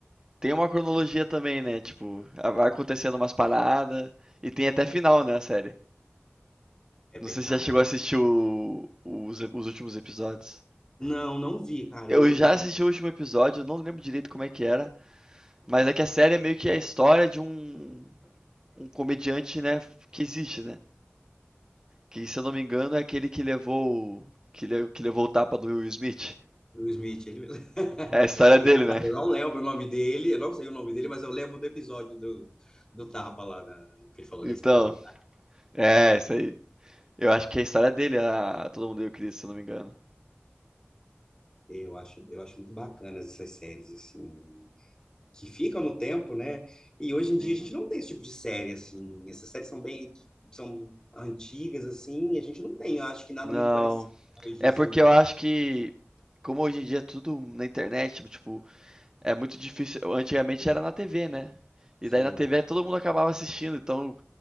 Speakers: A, on the right (about 15°); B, on the left (about 15°).
A: tem uma cronologia também, né? Tipo, vai acontecendo umas paradas. E tem até final, né, a série.
B: É verdade.
A: Não sei se já chegou a assistir o- os, os últimos episódios.
B: Não, não vi, cara.
A: Eu
B: Eu, o
A: já assisti o último episódio, eu não lembro direito como é que era, mas é que a série é meio que a história de um, um comediante, né, que existe, né? Que, se eu não me engano, é aquele que levou. o- Que, le- que levou o tapa do Will Smith.
B: Will Smith, ele mesmo. <laughs>
A: É a história
B: Engraçado,
A: dele, né?
B: Eu não lembro o nome dele, eu não sei o nome dele, mas eu lembro do episódio do, do Tapa lá, na, que ele falou
A: Então,
B: da esposa do cara.
A: é, isso aí. Eu acho que é a história dele, a Todo Mundo e o Chris, se eu não me engano.
B: Eu acho, eu acho muito bacana essas séries, assim, que ficam no tempo, né? E hoje
A: Sim.
B: em dia a gente não tem esse tipo de série, assim. Essas séries são bem, são antigas, assim, e a gente não tem, eu acho que nada
A: Não.
B: muito parecido hoje,
A: É
B: assim.
A: porque eu acho que. Como hoje em dia é tudo na internet, tipo, tipo, é muito difícil. Antigamente era na TV, né? E
B: Sim,
A: daí na TV todo mundo acabava assistindo, então